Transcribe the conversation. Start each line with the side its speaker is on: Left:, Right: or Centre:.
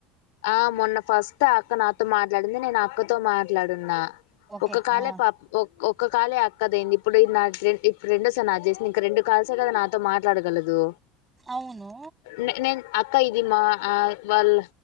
Left: ఆ మొన్న ఫస్ట్ అక్క నాతో మాట్లాడింది నేను అక్కతో మాట్లాడు. న
Right: ఓకే
Left: ఒక కాల్
Right: ఆ
Left: పాపం ఓ. ఓ ఒక కాల్ అక్కదయింది ఇప్పుడు నా ఇప్పుడు రెండోసారి నా చేసింది ఇంకా రెండు కాల్సే కదా నాతో మాట్లాడగలదు.
Right: అవును
Left: న నేన్ అక్క ఇది మా ఆ వల్ల